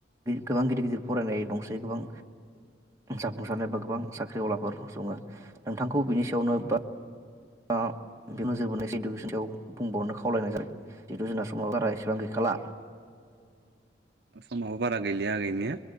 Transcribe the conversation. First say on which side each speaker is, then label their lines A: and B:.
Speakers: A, on the right; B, on the right.
A: गोबां गिदिर गिदिर फरायनाय दंसै गोबां। जाफुंसारनायबा गोबां साख्रिआवलाफोर सङो नोंथांखौ बिनि सायावनो बा बे एदुकेसन आव बुंबावनो खावलायनाय जाबाय जिथु जोंना समाव बारा एसेबां गैखाला
B: समाबो बारा गैलिया गै या